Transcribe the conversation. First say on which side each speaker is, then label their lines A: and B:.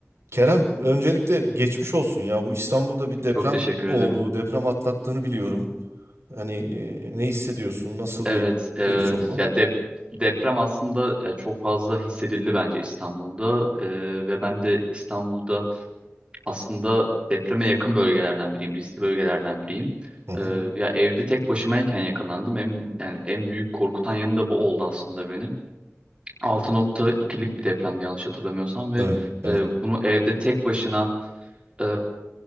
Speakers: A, on the right (about 65°); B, on the right (about 25°).
A: Kerem, öncelikle geçmiş olsun ya. Bu İstanbul'da bir deprem
B: Çok teşekkür
A: olduğu,
B: ederim.
A: deprem atlattığını biliyorum. Hani e, ne hissediyorsun? Nasıl
B: Evet,
A: bir
B: e,
A: süreç oldu?
B: ya dep deprem aslında e, çok fazla hissedildi bence İstanbul'da E, ve ben de İstanbul'da aslında depreme yakın bölgelerden biriyim, riskli bölgelerden biriyim.
A: Hı hı.
B: E, ya evde tek başımayken yakalandım. En yani en büyük korkutan yanı da bu oldu aslında benim. 6.2'lik bir depremdi yanlış hatırlamıyorsam
A: Evet,
B: ve
A: evet.
B: e, bunu evde tek başına e,